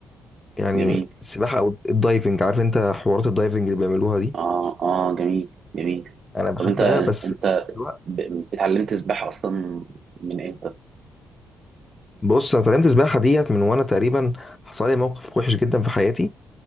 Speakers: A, on the left (about 20°); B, on the right (about 55°).
A: يعني
B: جميل
A: السباحة او الدايفنج عارف انت حوارات الدايفنج اللي بيعملوها دي
B: اه اه جميل جميل
A: انا بحبها
B: طب انت
A: بس
B: انت
A: في نفس الوقت
B: ب- اتعلمت سباحه اصلا من امتى
A: بص انا اتعلمت السباحه ديت من وانا تقريبا حصل لي موقف وحش جدا في حياتي